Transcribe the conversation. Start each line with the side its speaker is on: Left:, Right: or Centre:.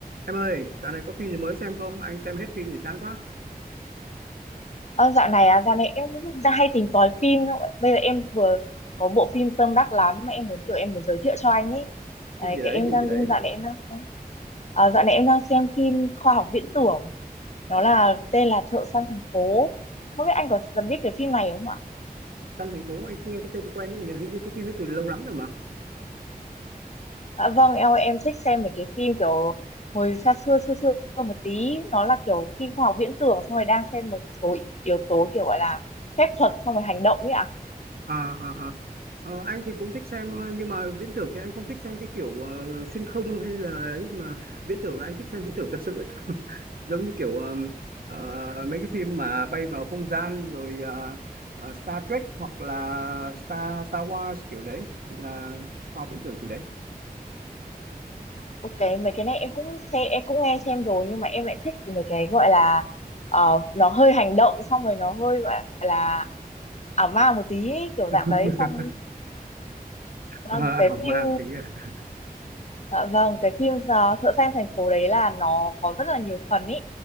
Right: Em ơi, dạo này có phim gì mới xem không? Anh xem hết phim rồi chán quá.
Left: Ờ, dạo này à, dạo này em cũng đang hay tìm tòi phim thôi. Bây giờ em vừa có bộ phim tâm đắc lắm mà em muốn kiểu em muốn giới thiệu cho anh ý. Đấy,
Right: Phim gì đấy,
Left: cái em
Right: phim
Left: đang
Right: gì đấy?
Left: dạo này em đang xem à, dạo này em đang xem phim khoa học viễn tưởng. Nó là tên là Thợ săn thành phố. Không biết anh có biết cái phim này không ạ?
Right: Trong thành phố anh cũng nghe cái tên quen nhưng nhớ hình như cái phim ấy từ lâu lắm rồi mà.
Left: Dạ vâng, em em thích xem mấy cái phim kiểu hồi xa xưa xưa xưa một tí, nó là kiểu phim khoa học viễn tưởng xong rồi đang xem một số yếu tố kiểu gọi là phép thuật xong rồi hành động ấy ạ
Right: À, à, à. Ờ, anh thì cũng thích xem ờ, nhưng mà viễn tưởng thì anh không thích xem cái kiểu ờ, xuyên không hay là ấy nhưng mà viễn tưởng là anh thích xem viễn tưởng thật sự ấy. Giống như kiểu ờ, ờ, mấy cái phim mà bay vào không gian rồi ờ, ờ, Star Trek hoặc là Star Star Wars kiểu đấy là khoa học viễn tưởng kiểu đấy.
Left: Ok, mấy cái này em cũng xem em cũng nghe xem rồi nhưng mà em lại thích mấy cái gọi là ờ, nó hơi hành động xong rồi nó hơi gọi là ảo ma một tí ấy, kiểu
Right: <laughs>
Left: dạng đấy xong vâng,
Right: À,
Left: cái
Right: hỏng
Left: phim
Right: màng thì kia.
Left: dạ vâng cái phim ờ, Thợ Săn Thành Phố đấy là nó có rất là nhiều phần ý